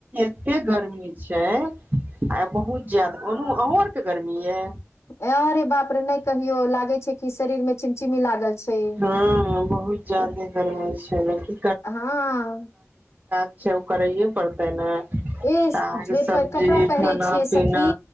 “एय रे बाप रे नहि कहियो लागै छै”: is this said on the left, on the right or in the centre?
Left